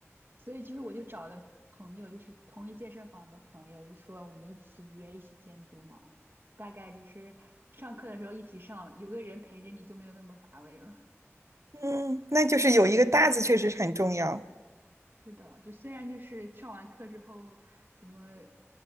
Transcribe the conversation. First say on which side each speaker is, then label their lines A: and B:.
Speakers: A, on the right; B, on the right.
A: 所以就是我就找的朋友，就是同一健身房的朋友，就说我们一起约，一起监督嘛。大概就是上课的时候一起上，有个人陪着你就没有那么乏味了。
B: 嗯，那就是有一个搭子确实是很重要，
A: <laughs> 是的，就虽然就是上完课之后，什么